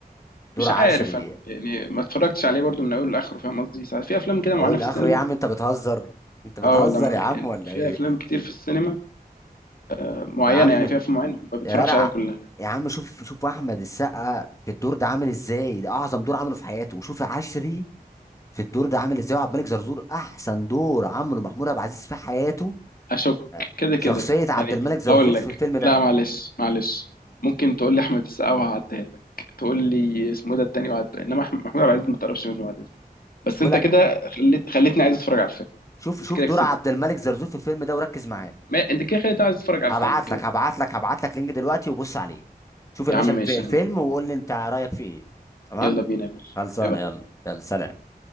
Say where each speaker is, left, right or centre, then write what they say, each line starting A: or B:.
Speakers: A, on the left; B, on the left.
A: دور
B: مش
A: عشري
B: عارف انا يعني ما اتفرجتش عليه برضو من اوله لاخره فاهم قصدي ساعات في افلام كده
A: اقول
B: معينه في
A: لاخره
B: السينما
A: يا عم انت بتهزر انت بتهزر
B: اه والله ما-
A: يا عم
B: يعني
A: ولا
B: في
A: ايه
B: افلام كتير في السينما آه، معينه
A: يا عم
B: يعني في افلام معينه ما بتفرجش
A: يا جدع
B: عليها كلها
A: يا عم شوف شوف احمد السقا في الدور ده عامل ازاي ده اعظم دور عمله في حياته وشوف عشري في الدور ده عامل ازاي وعبد الملك زرزور احسن دور عمله محمود عبد العزيز في حياته
B: اشك
A: آه،
B: كده كده
A: شخصيه عبد
B: يعني
A: الملك زرزور
B: هقول
A: في
B: لك
A: الفيلم ده
B: لا معلش معلش ممكن تقول لي احمد السقا وهعديها لك تقول لي اسمه إيه ده التاني وهعديها انما أحم- محمود عبد العزيز ما تعرفش منه وهعديها لك. بس
A: بقول
B: انت
A: لك
B: كده خليت خليتني عايز اتفرج على الفيلم
A: شوف
B: انت
A: شوف
B: كده
A: دور
B: كسبت
A: عبد الملك زرزور في الفيلم ده وركز معاه
B: ما... انت كده خليتني عايز اتفرج على
A: هبعت
B: الفيلم كده
A: لك
B: كده.
A: هبعت لك هبعت لك لينك دلوقتي وبص عليه شوف يا
B: يا
A: باشا
B: عم
A: الف-
B: ماشي
A: الفيلم
B: انا
A: وقول لي انت رايك فيه ايه تمام
B: يلا بينا يا باشا
A: خلصانه
B: ايه بقى
A: يلا يلا سلام